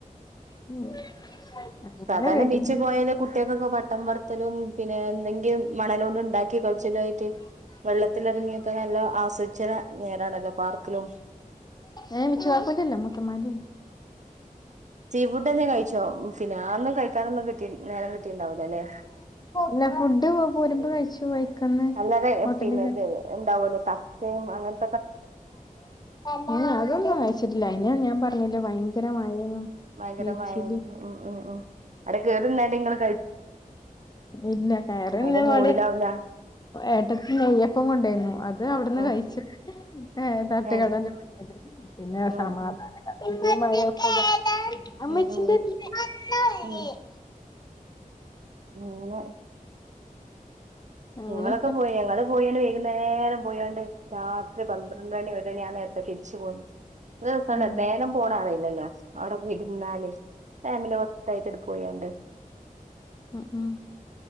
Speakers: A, on the left; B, on the right.
A: ഉം <unintelligible>
B: സാധാരണ
A: വീട്ടിൽ
B: ബീച്ചിൽ പോയാല് കുട്ട്യ ൾക്കൊക്കെ ട്ടം പറ ത്തലും പിന്നെ എന്തെങ്കിലും മണലോണ്ട് ഉണ്ടാക്കി കൾച്ച ലായിട്ട് വെള്ളത്തിലിറങ്ങിയൊക്കെ നല്ല ആസ്വദിച്ച് നേരണല്ലോ പാർക്കിലും
A: ഏഹ് മിച്ചുകാക്കൂന്റെല്ല മൂത്തമ്മാന്റെണ്
B: സീ ഫുഡ് തന്നെ കഴിച്ചോ പിന്നെ ഞാൻ ഒന്നും കഴി നൊന്നും നേരം കിട്ടിണ്ടാവിലല്ലേ
A: ഇല്ല ഫുഡ് പോരുമ്പോ കഴിച്ചു വഴിക്കന്ന്
B: അല്ലേ അതെ
A: ഹോട്ടലിൽ
B: പിന്നെ ന്താ <unintelligible>
A: ആ അതൊന്നും കഴിച്ചിട്ടില്ല ഇനി ഞാൻ പറ ഭയങ്കര മഴേനു
B: ഭയങ്കരമായ
A: ബീച്ചില്
B: മഴയാണ്ന്ന് ഉം ഉം ഉം അട <unintelligible>
A: ഇല്ല കയറിന്നപാട്
B: അയിന്റെ മൂഡിലാവൂല
A: ഏട്ടത്തി നെയ്യപ്പം കൊണ്ടായിരുന്നു അത് അവിടുന്ന്
B: ആഹ്
A: കഴിച്ചു ഏ തട്ടുകടന്റെ
B: ഏഹ്
A: പിന്നെ
B: ഉം
A: സമാധാന
B: ഉം
A: <unintelligible> അ മഴ <unintelligible> അമ്മച്ചിന്റെ
B: ഉം ഉം
A: <unintelligible>
B: ഉം <unintelligible>
A: അങ്ങനെയൊക്കെ
B: ഞങ്ങളൊക്കെ പോയ ഞങ്ങള് പോയ വേഗ നേരം പോയോണ്ട് രാത്രി പന്ത്രണ്ട് മണി വരെ ആ നേരത്തെ തിരിച്ചു പോന്നത് ഒരു ദിവസം
A: ഉം
B: <unintelligible> <unintelligible> അവിടെ ഇരുന്നാല് ഫാമിലി <unintelligible> എടു പോയണ്ട് <inaudible>
A: ഉം ഉം